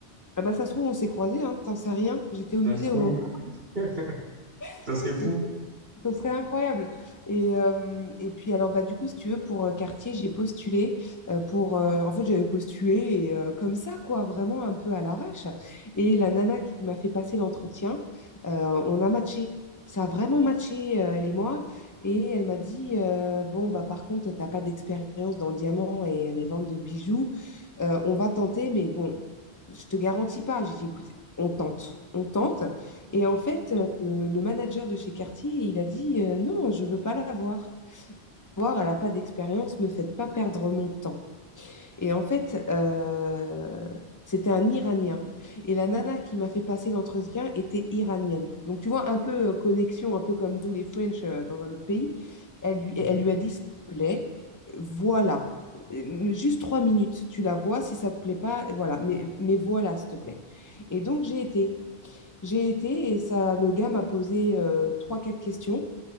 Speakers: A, on the left (about 20°); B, on the right (about 55°).
A: Ah bah ça se trouve, on s'est croisés, hein, t'en sais rien. J'étais au
B: Ça
A: musée
B: se trouve,
A: au moment.
B: <laughs> ça
A: <laughs>
B: serait fou.
A: Ce serait incroyable. Et, euh, et puis alors bah du coup si tu veux pour euh, quartier j'ai postulé euh, pour euh, en fait j'avais postulé et, euh, comme ça quoi vraiment un peu à l'arrache et la nana qui m'a fait passer l'entretien euh, on a matché ça a vraiment matché euh, elle et moi et elle m'a dit euh, bon bah par contre t'as pas d'expérience dans le diamant et les ventes de bijoux Euh, on va tenter mais bon je te garantis pas. J'ai dit, écoute, on tente, on tente. Et en fait, euh, le manager de chez Cartier, il a dit, euh, non, je veux pas la voir. Voir, elle n'a pas d'expérience, me faites pas perdre mon temps. Et en fait, euh, c'était un Iranien. Et la nana qui m'a fait passer l'entretien était iranienne. Donc, tu vois, un peu euh, connexion, un peu comme nous, les French, euh, dans un autre pays. Elle lui,
B: Mhm.
A: elle lui a dit, s'il te plaît, voilà. Euh, Juste trois minutes, tu la vois, si ça te plaît pas, voilà, mais, mais voilà, s'il te plaît. Et donc j'ai été, j'ai été et ça, le gars m'a posé euh, trois, quatre questions